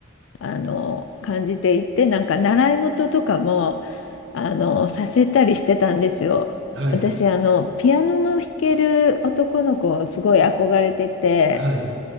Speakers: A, on the left; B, on the right.
A: あの感じていてなんか習い事とかもあのさせたりしてたんですよ。
B: はい、
A: 私あのピアノの弾ける男の子をすごい憧れてて。
B: はい、